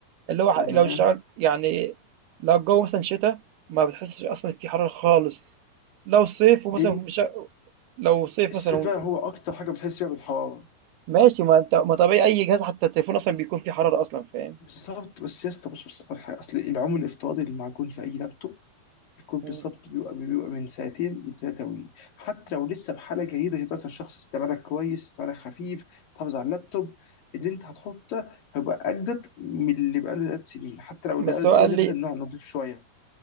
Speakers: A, on the right; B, on the left.
A: اللي هو
B: تمام
A: ح لو اشتغلت يعني لو الجو مثلًا شتا ما بتحسش أصلًا في حرارة خالص، لو صيف ومثلًا
B: دي
A: مش ع لو صيف
B: السباع
A: مثلًا
B: هو اكتر حاجه بتحس فيها بالحراره
A: ماشي ما أنت ما طبيعي أي جهاز حتى التليفون أصلًا بيكون فيه حرارة أصلًا فاهم،
B: بالظبط بس يا اسطى بص بص على حاجه اصل العمر الافتراضي للمعجون في اي لابتوب يكون
A: إمم،
B: بالظبط بيبقى بيبقى من ساعتين لثلاثه وي حتى لو لسه بحاله جيده تقدر الشخص استعمالك كويس استعمالك خفيف تحافظ على اللابتوب اللي انت هتحطه ده هيبقى اجدد من اللي بقاله ثلاث سنين حتى لو اللي
A: بس
B: بقاله
A: هو
B: ثلاث
A: قال
B: سنين ده
A: لي
B: مثلا نوع نضيف شويه